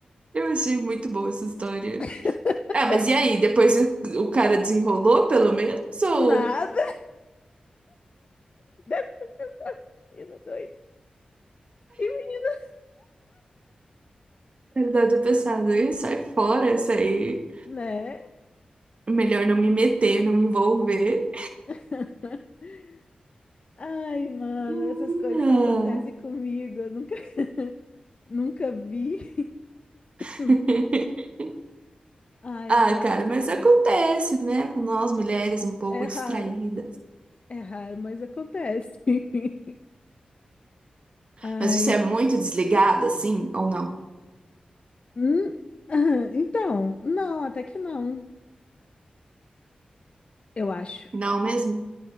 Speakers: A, on the right (about 45°); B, on the left (about 45°).
A: Eu achei muito boa essa história.
B: <laughs>
A: Ah, mas e aí? Depois o cara desenrolou, pelo menos? Ou
B: Nada. Deve ter pensado. Menino doido. E menina,
A: ele deve ter pensado, "Ih, sai fora essa aí.
B: né?
A: Melhor não me meter, não me envolver.
B: <laughs> Ai, mano,
A: Hum,
B: essas coisas
A: Não.
B: só acontecem comigo. Eu nunca, <laughs> nunca vi.
A: <laughs>
B: <laughs> Ai,
A: Ah,
B: foi
A: cara,
B: incrível.
A: mas acontece, né? Com nós mulheres um pouco
B: É raro,
A: distraídas.
B: é raro, mas acontece. <laughs> Ai.
A: Mas você é muito desligada, assim, ou não?
B: Hum, ah, Então, não, até que não. Eu acho.
A: Não mesmo?